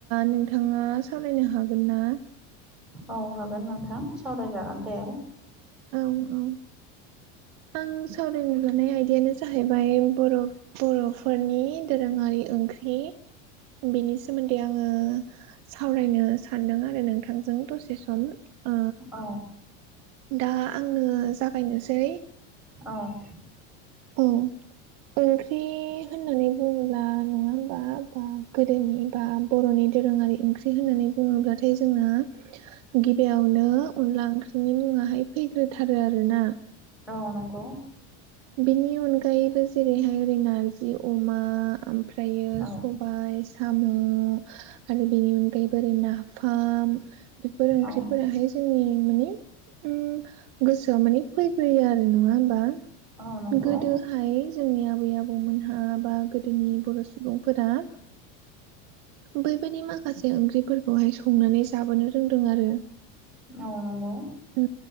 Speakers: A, on the right; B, in the centre.
A: नोंथाङा सावरायनो हागोन ना?
B: औ हागोन नोंथां सावरायजागोन दे
A: औ औ आं सावरायनो लानाय आयदायानो जाहैबाय बर' बर'फोरनि दोरोङारि ओंख्रि बिनि सोमोन्दै आङो सावरायनो सानदों आरो नोंथांजों दसे सम ओ
B: औ
A: दा आङो जागायनोसै
B: औ
A: औ ओंख्रि होननानै बुङोब्ला नङा होमबा बा गोदोनि बा बर'नि दोरोङारि ओंख्रि होननानै बुङोब्लाथाय जोंना गिबियावनो अनला ओंख्रिनि मुङाहाय फैग्रोथारो आरो ना
B: औ नंगौ
A: बिनि अनगायैबो जेरैहाय ओरै नारजि आमफ्रा फ्रायो
B: औ
A: सब बाय साम' आरो बेनि अनगायैबो ओरै नाफाम बेफोर ओंख्रिफोराहाय
B: औ
A: जोंनि माने उ गोसोआव माने फैग्रोयो आरो नङा होमबा
B: औ नंगौ
A: गोदोहाय जोंनि आबै आबौमोनहा बा गोदोनि बर' सुबुंफोरा बैबायदि माखासे ओंख्रिफोरखौहाय संनानै जाबोनो रोंदों आरो
B: औ नंगौ
A: <inaudible> ओ